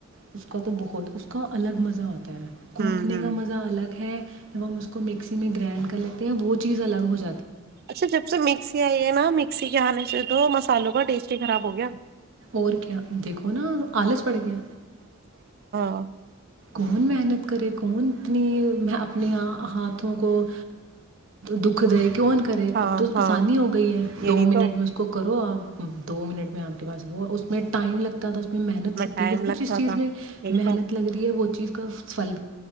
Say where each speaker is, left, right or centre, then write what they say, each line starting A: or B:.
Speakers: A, on the right; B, on the right.
A: اس کا تو بہت اس کا الگ مسال <inaudible> ت <unintelligible> کوٹنے
B: ہوں ہوں
A: کا مزہ الگ ہے جب ہم اس کو مکسی میں گرائنڈ کر لیتے ہیں وہ چیز الگ ہو ج
B: اچھا جب سے مکسی آئی ہے نا مکسی ج نہیں سے تو مسالوں کا ٹیسٹ ہی خراب ہو گیا
A: اور کیا دیکھو نا آلس پڑ گیا
B: ہ <unintelligible> <inaudible>
A: کون محنت کرے کون اتنی اپنی ہاتھوں کو دکھ دے کون کرے
B: ہاں
A: اب تو
B: ہاں
A: آسانی ہو گئی ہے
B: یہی
A: دو منٹ
B: تو
A: میں اس کو کرو آپ دو منٹ میں آپ کے پاس ہوا اور اس میں ٹائم لگتا تھا اس میں محنت لگتی
B: ٹائم
A: تھی
B: لگتا
A: کچھ اس چیز
B: تھا
A: میں
B: یہی
A: محنت
B: تو
A: لگےی وہ چیز کا پھل